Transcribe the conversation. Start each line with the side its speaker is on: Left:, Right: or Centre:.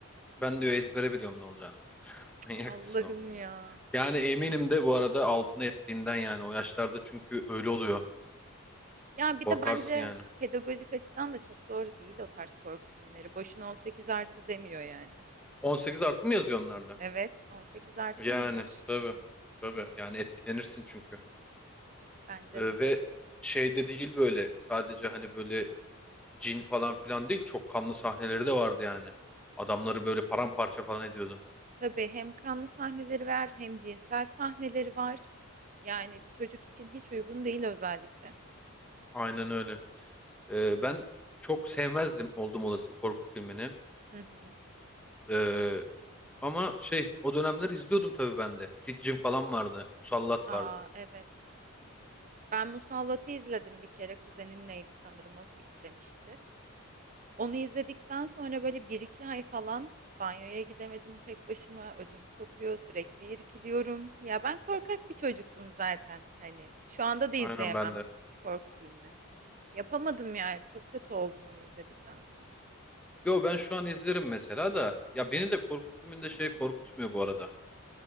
Centre: Ben diyor ezbere biliyorum ne olacağını. <laughs>
Right: <laughs>
Centre: Manyak
Right: Allah'ım
Centre: mısın oğlum
Right: ya.
Centre: ya? Yani eminim de bu arada altına ettiğinden yani o yaşlarda çünkü öyle oluyor.
Right: Ya bir
Centre: Korkarsın
Right: de bence
Centre: yani.
Right: pedagojik açıdan da çok doğru değil o tarz korku filmleri. Boşuna 18 artı demiyor yani.
Centre: 18 artı mı yazıyor onlarda?
Right: Evet, 18 artı
Centre: Yani
Right: onlar
Centre: tabii. Tabii. Yani etkilenirsin çünkü.
Right: bence
Centre: Ee,
Right: de.
Centre: ve şey de değil böyle sadece hani böyle cin falan filan değil. Çok kanlı sahneleri de vardı yani. Adamları böyle paramparça falan ediyordun.
Right: Tabii hem kanlı sahneleri var hem cinsel sahneleri var. Yani bir çocuk için hiç uygun değil özellikle.
Centre: Aynen öyle. Ee, ben çok sevmezdim oldum olası korku filmini.
Right: Hı hı.
Centre: Ee, ama şey o dönemler izliyordum tabii ben de. Siccin falan vardı. Musallat
Right: Aa
Centre: vardı.
Right: evet. Ben Musallat'ı izledim bir kere. Kuzenim neydi sanırım o istemişti. Onu izledikten sonra böyle bir iki ay falan banyoya gidemedim tek başıma. Ödüm kopuyor, sürekli irkiliyorum. Ya ben korkak bir çocuktum zaten hani. Şu anda da izleyemem
Centre: Aynen ben de.
Right: korku filmi. Yapamadım yani. Çok kötü oldum onu izledikten sonra.
Centre: Yo ben şu an izlerim mesela da. Ya beni de korku filminde şey korkutmuyor bu arada.